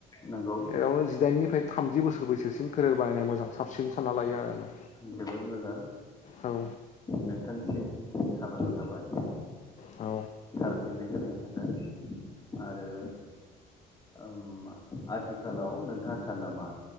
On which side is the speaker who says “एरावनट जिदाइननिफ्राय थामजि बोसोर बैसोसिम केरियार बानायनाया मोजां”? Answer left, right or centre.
Left